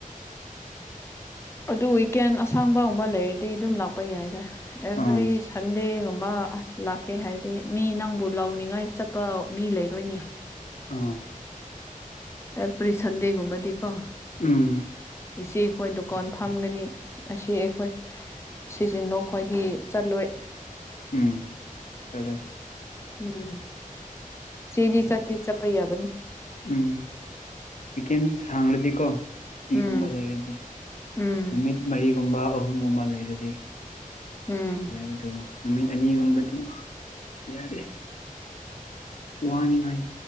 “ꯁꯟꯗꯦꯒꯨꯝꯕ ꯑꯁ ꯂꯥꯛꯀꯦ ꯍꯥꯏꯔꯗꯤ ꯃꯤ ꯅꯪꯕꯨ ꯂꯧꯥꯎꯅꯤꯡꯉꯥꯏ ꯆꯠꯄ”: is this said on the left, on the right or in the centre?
Left